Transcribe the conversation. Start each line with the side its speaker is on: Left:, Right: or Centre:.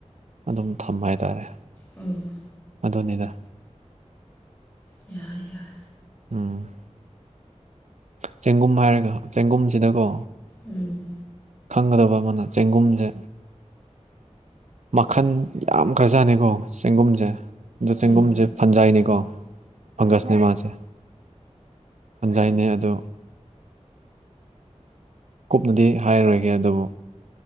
Right: ꯑꯗꯨꯝ ꯊꯝꯕ ꯍꯥꯏꯇꯔꯦ
Left: ꯎꯝ
Right: ꯗꯣꯅꯦꯗ
Left: ꯌꯥ ꯌꯥꯏ
Right: ꯎꯝ ꯆꯦꯡꯒꯨꯝ ꯍꯥꯏꯔꯒ ꯆꯦꯡꯒꯨꯝꯁꯤꯗꯀꯣ
Left: ꯎꯝ <inaudible>
Right: ꯆꯪꯒꯗꯕ ꯑꯃꯅ ꯆꯦꯡꯒꯨꯝꯁꯦ ꯃꯈꯜ ꯌꯥꯝ ꯈ꯭ꯔꯖꯥꯠꯅꯤꯀꯣ ꯆꯦꯡꯒꯨꯝꯁꯦ ꯑꯗꯨ ꯆꯦꯡꯒꯨꯝꯁꯦ
Left: ꯎꯝ ꯎꯝ
Right: ꯐꯟꯖꯥꯏꯅꯤꯀꯣ ꯐꯪꯒꯁꯅꯦ ꯃꯥꯁꯦ ꯐꯟꯖꯥꯏꯅꯦ ꯑꯗꯣ ꯀꯨꯞꯅꯗꯤ ꯍꯥꯏꯔꯔꯣꯏꯒꯦ ꯑꯗꯨꯕꯨ